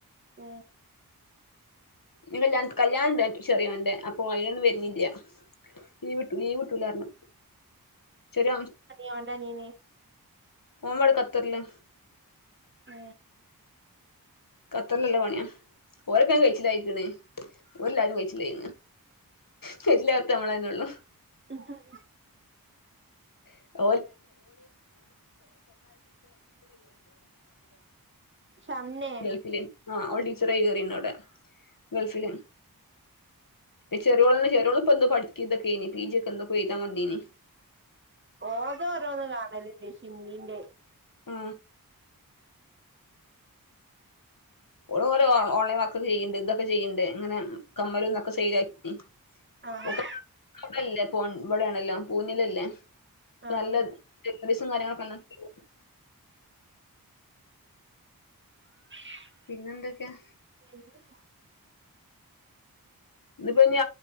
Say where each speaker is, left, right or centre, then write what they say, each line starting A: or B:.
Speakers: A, on the right; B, on the left.
A: ആ
B: ഞ് കല്യാ കല്യാണം ണ്ടാക്കണ്ട് ചെറിയൊന്റെ അയ്നൊന്നും വരുന്നില്ല ലീവിട്ടു ലീവിട്ടൂല പറഞ്ഞു ചെറിയ
A: അവന്റെ അനിയന്
B: ഓൻ ബടെ ഖത്തറില്
A: ആ
B: ഖത്തറ്ല് നല്ല പണിയാ ഓല് ഒകെ അയിന് കഴിച്ചികയിക്കണ് ഒരേ എല്ലാരും കഴിച്ചിലായ്ക്ണ് കഴിച്ചിലാകടത്തെ നമ്മളെന്നെ ഒള്ളു
A: <unintelligible>
B: <unintelligible>
A: ഷംനെ
B: ഗൾഫിൽ ആ അവള ടീച്ചറായി കേറിന്ന് അവിടെ ഗൾഫിൽ പ്പ ചേറ്യോള്ണ്ട്. ചെറ്യോള് ഇപ്പന്തോ പഠിക്കും ഇതൊക്കെ ആയിനി. പീ ജീ ഒക്കെന്തോ എഴുതാൻ വന്നീനീ
A: ഓതോ ഓരോന്നും കാണലണ്ട് ഷിംനിന്റെ
B: ആ ഓള് ഒരു ഓൺലൈൻ വർക്ക്‌ ചെയ്യണ്ട് ഇതൊക്കെ ചെയ്യുന്നുണ്ട് ഇങ്ങനെ കമ്മലതൊക്കെ സെയിൽ ആക്കി
A: ആഹ്
B: <unintelligible> പുനില്ലല്ലേ
A: ആഹ്
B: നല്ല ഡെപ്രേഷൻ കാര്യങ്ങൾ <unintelligible>
A: <unintelligible>
B: പിന്നെന്തൊക്കെയാ
A: എന്നും നോ
B: ഇന്ന്പ്പോ ഇഞ്ഞി